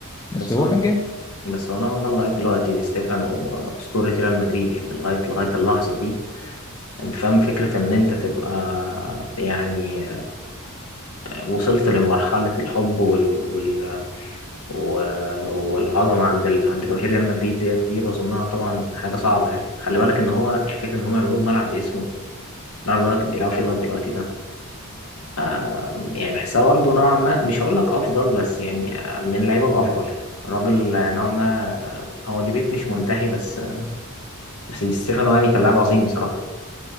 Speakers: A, on the left; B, on the left.
A: بس
B: بس
A: هو
B: هو
A: كان جامد
B: بس هو نوعا ما لغاية دلوقتي دي ستيفانو أسطورة ريال مدريد يعني لغاية لغاية اللحظة دي أنت فاهم فكرة إن أنت تبقى يعني وصلت لمرحلة الحب وال... وال... و- والعظمة عند ال... عند جماهير ريال مدريد ديت دي بظنها طبعا حاجة صعبة يعني خلي بالك إن هو يعني فكرة إن هم يعملوا ملعب باسمه الملعب اللي هو بيلعبوا فيه لغاية دلوقتي ده آه يعني بحسها برضه نوعا ما مش هقول لك أفضل بس يعني من اللعيبة الأفضل الراجل نوعا ما هو ديبيت مش منتهي بس بس دي ستيفانو يعني كان لاعب عظيم بصراحة